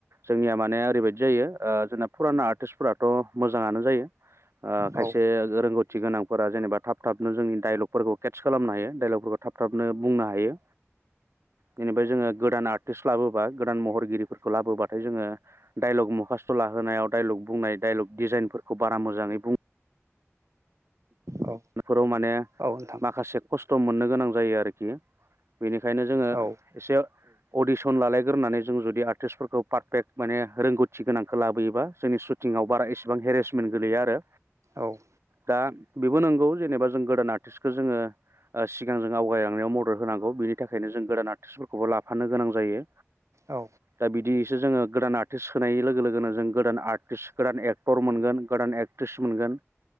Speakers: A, on the right; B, on the right.
A: जोंनिया माने ओरैबायदि जायो ओ जोंना फुराना आर्टिस्टफोराथ' मोजाङानो जायो। ओ खायसे
B: औ
A: रोंगौ गथ थिगोनाव फोरा जेनेबा थाब थाबनो जोंनि दाइलगफोरखौ केटस खालामनो हायो दाइलगफोरखौ थाब थाबनो बुंनो हायो जेनेबा जोङो गोदान आर्टिस्ट लाबोबा गोदान महरगिरिफोरखौ लाबोबाथाय जोङो डाइलग मखास्थ' लाहोनायाव डायलग बुंनाय डाइलग डिजाइनफोरखौ बारा मोजाङै बुं
B: औ
A: फोराव माने
B: औ नोंथां
A: माखासे खस्थ' मोनोग गोनां जायो आरोखि। बेनिखायनो जोङो
B: औ
A: एसे। अडिसन लालायग्रोनानै जों जुदि आर्टिस्टफोरखौ पारफेक्ट माने रोंगौथि गोनांखो लाबोयोबा जोंनि सुटिंआव बारा एसेबां हेरेसमेन्ट गोलैयो आरो।
B: औ।
A: दा बिब बो नोंगौ जेनेबा जों गोदान आर्टिस्टखौ जोङो ओ सिगां जों आवगायलांनायाव मदद होनांगौ बिनि थाखायनो जों गोदान आर्टिस्टफोरखौबो लाफानो गोनां जायो।
B: औ
A: दा बिदि। सो जोंङो गोदान आरटिस सोनायनि लोगो लोगोनो जोंद गोदान आरटिस गोदान एक्टर मोन गोदान एकट्रिस मोनगोन